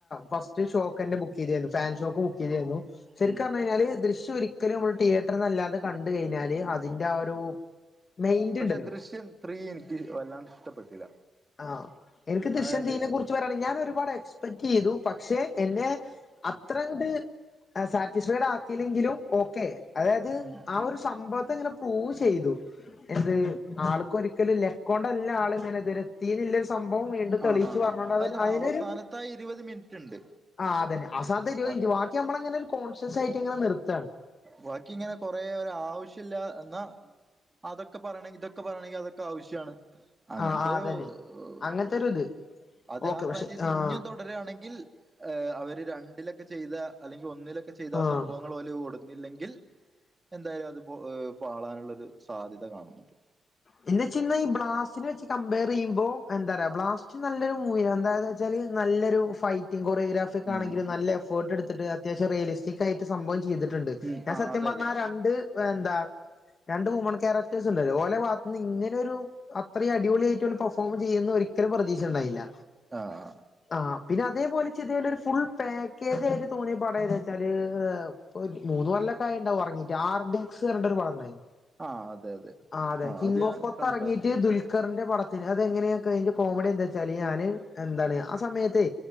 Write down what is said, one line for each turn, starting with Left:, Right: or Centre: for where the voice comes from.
Left: ഫസ്റ്റ് ഷോക്കെന്നെ ബു ബുക്ക് ചെയ്തിനു ഫാൻ ഷോക്ക് ബുക്ക് ചെയ്തിരുന്നു ശരിക്ക്
Right: ഉം
Left: പറഞ്ഞ് കിഞ്ഞാല് ദൃശ്യം ഒരിക്കലും നമ്മള് തിയേറ്റ ത്ര നല്ലാ അത് കണ്ട് കയ്ഞ്ഞാല് അതിന്റെ ആ ഒരു മെയ്ന്റ്
Right: പക്ഷെ
Left: ണ്ടല്ലോ?
Right: ദൃശ്യം ത്രീ ഇനിക്ക് വല്ലാണ്ട് ഇഷ്ടപ്പെട്ടില്ല.
Left: ആഹ് എനിക്ക് ദൃശ്യം
Right: അതായത്
Left: ത്രീനെ കുറിച്ച് ത് പറ്യാണെ ഞാൻ ഒരുപാട് എക്സ്പെക്ട് ചെയ്തു പക്ഷെ എന്നെ അത്രങ്ങട്ട്- സാറ്റിസ്ഫൈഡ് ആക്കിയില്ലെങ്കിലും ഓക്കെ അതായത്
Right: ഉം
Left: ആ ഒരു സംഭവത്തെ ഇങ്ങനെ പ്രൂവ് ചെയ്തു എന്ത്? ആൾക്ക് ഒരിക്കലും ലെക്കൊണ്ടല്ല ആള് ഇങ്ങനെതുവരെ. തിനുള്ളരു സംഭവം വീണ്ടും തെളിയിച്ചു
Right: ആഹ് ആഹ്
Left: പറഞ്ഞോണ്ട്
Right: അതായത്
Left: അവ അതിനൊരു
Right: അവസാനത്തെ ആ ഇരുപത് മിനിറ്റ് ഉണ്ട്
Left: ആഹ് അതന്നെ അവസാനത്തെ ഇരുപ
Right: അതെ
Left: മിൻറ്റ് ബാക്കി നമ്മളങ്ങനെ ഒരു കോൺഷ്യസ് ആയിട്ട് ങ്ങനെ നിർത്താണ്.
Right: ബാക്കി ഇങ്ങനെ കൊറേ ഒരാവശ്യല്ലാ എന്നാ അതൊക്കെ പറയണം ഇതൊക്കെ പറയണമെങ്കി അതൊക്കെ ക്കാവശ്യാണ് അങ്ങൻത്ത്
Left: ആഹ് ആഹ് അതന്നെ
Right: ഒ- ഓഹ്
Left: അങ്ങനത്തൊരു ഇത്
Right: അത്
Left: ഓക്കെ
Right: ആ
Left: പക്ഷെ
Right: ഫ്രാഞ്ചൈസി
Left: ആഹ്
Right: ഇഞ്ഞ് രാണെങ്കിൽ ഏഹ് അവര് രണ്ടിലൊക്കെ ചെയ്ത അല്ലെങ്കി ഒന്നിലൊക്കെ ചെയ്ത ആ
Left: ആഹ്
Right: സംഭവങ്ങൾ ഓല് കൊട് ല്ലെങ്കിൽ എന്തായാലും അത് പോ ഏഹ് പാളാനുള്ളരു സാധ്യത കാണുന്നുണ്ട്.
Left: പിന്നെച്ന്ന ഈ ബ്ലാസ്റ്റിന വെച്ച് കമ്പയ റെയ്യുമ്പോ എന്താറ്യ ബ്ലാസ്റ്റ് നല്ലൊരു മൂവി എന്ത ഇത്. ച്ചാൽ നല്ലൊരു ഫൈറ്റിംഗ് കൊറിയോഗ്രാഫിസാണെങ്കില്
Right: ഉം
Left: നല്ല എഫോർട്ട് ഇട്ത്ത്ട്ട് അത്യാവശ്യം റേല് റ്റിക്കായിട്ട് സംഭവം ചെയ്തിട്ടുണ്ട്
Right: ഉം
Left: ഞാൻ
Right: ആഹ്
Left: സത്യം
Right: അതെ
Left: പറഞ്ഞാ
Right: അതെ
Left: രണ്ട് എന്താ രണ്ട് വുമൺ കാരക്ടേഴ്‌സ് ഉണ്ടല്ലോ ഓലെ ഭാഗത്തന്ന് ഇങ്ങനെ ഒരു അത്രീ അടിപൊളിയായിട്ട് ഓല് പെർഫോം ചെയ്യുംന്ന് ഒരിക്കലും പ്രതീക്ഷ ണ്ടായില്ല.
Right: ആഹ്.
Left: ആഹ് പിന്നെ അതേപലെ ചിതേല് ഒരു ഫുൾ പാക്കേജ് ആയിട്ട് തോന്നിയ പടം ഏതാ വെച്ചാല് പൊ മൂന്ന് കൊല്ലൊക്കെ ആയിണ്ടാവും എർങ്ങിട്ട് ആർഡിങ്ങ്സ് ർഞ്ഞിട്ടൊരു പടംണ്ടായി
Right: ആഹ് അതെ അതെ.
Left: ആഹ് അതെ കിങ്
Right: അത് ഞാൻ
Left: ഓഫ് കൊത്ത്
Right: കണ്ടിണ്ടായിരുന്നു
Left: ഇറങ്ങിട്ട് ദുൽ കർന്റെ പടത്തിന് അതെങ്ങനെയൊക്കെ അയ്ന്റെ കോമഡി എന്താച്ചാല് ഞാന് എന്താണ് ആ സമയത്തെ.